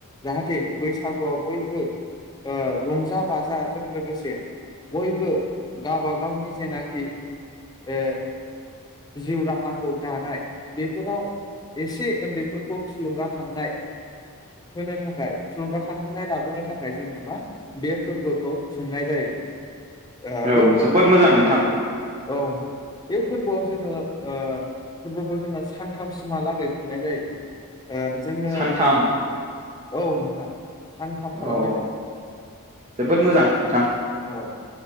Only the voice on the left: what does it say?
जाहाथे बैसागुआव बयबो ओ रंजा बाजाजों लोगोसे बयबो गावबा गावनि जेनाखि ओ जिउ राहाखौ दानाय बेफोराव एसे उन्दैफोर थुलुंगाखांनाय होनो थाखाय थुलुंगाखांहोनाय लाबोनो थाखाय जोङो मा बे फोरबोखौ खुंनाय जायो ओ
बे फोरबोआव
जोङो
औ नोंथां बे फोरबोआव जोङो ओ फोरबोखौ जोङो सानथामसिमहालागै खुंनाय जायो जोङो
औ नोंथां सानथाम खालामनाय
जायो
औ